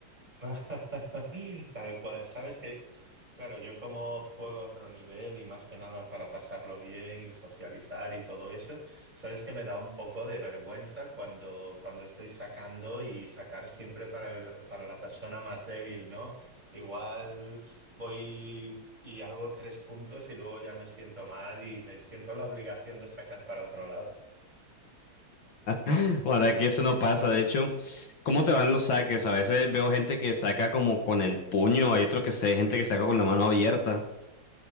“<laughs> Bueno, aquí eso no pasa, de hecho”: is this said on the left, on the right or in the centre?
Left